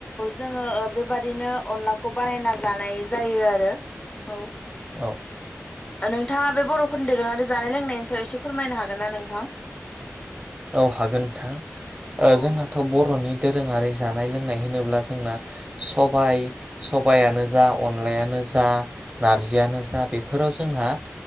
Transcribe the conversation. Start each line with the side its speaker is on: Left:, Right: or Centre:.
Left: जोङो बेबादिनो अनलाखौ बानायना जानाय जायो आरो औ
Right: औ
Left: नोंथाङा बे बर'फोर दोरोङारि जानाय लोंनायनि सायाव एसे फोरमायनो हागोन ना नोंथां
Right: औ हागोन नोंथां
Left: औ
Right: जोंनाथ'
Left: औ
Right: बर'नि दोरोङारि जानाय जानाय लोंनाय होनोब्ला जोंना सबाइयानो जा अनलायानो जा
Left: औ
Right: नारजियानो जा बेफोराव जोंहा